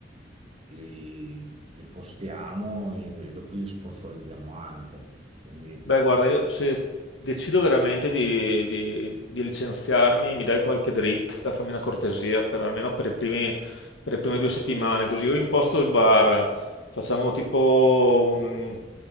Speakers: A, on the right; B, on the left.
A: li, li postiamo e, e dopo li sponsorizziamo anche. Quindi
B: Beh, guarda, io se decido veramente di, di- di licenziarmi, mi dai qualche dritta, fammi una cortesia, per, almeno per i primi- per le prime due settimane, così io imposto il bar, facciamo tipo un